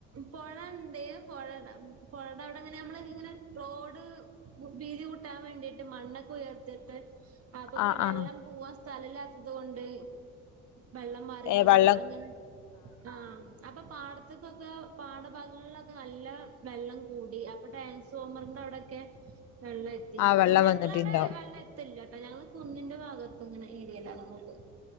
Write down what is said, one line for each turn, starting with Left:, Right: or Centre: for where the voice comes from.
Right: പൊഴണ്ട് പൊഴേടെ പൊഴേടെ അവിടങ്ങനെ നമ്മള് ഇങ്ങനെ റോഡ് വീതി കൂ ട്ടാൻ വേണ്ടിട്ട് മണ്ണൊക്കെ ഉയർത്തിട്ട് അപ്പൊ പിന്നെ
Left: ആഹ്
Right: വെള്ളം
Left: ആഹ്
Right: പോവാൻ സ്ഥലല്ലാത്തത് കൊണ്ട് വെള്ളം മറിഞ്ഞതാണ്
Left: ഏ വെള്ളം
Right: അങ്ങനെ ആഹ് അപ്പൊ പാടത്ത്ക്കൊക്കെ പാടഭാഗങ്ങൾലൊക്കെ നല്ല വെള്ളം കൂടി അപ്പൊ ട്രാൻസ്ഫോമറിന്റെ അവിടെ ക്കെ വെള്ളത്തി
Left: ആ വെള്ളം
Right: ഞങ്ങളവിടെ
Left: വന്നിട്ടുണ്ടാവും
Right: വെള്ള തില്ലട്ടോ ഞങ്ങൾ കുന്നിന്റെ ഭാഗത്തു ങ്ങനെ ഏരിയയിൽ ആണ് വീട്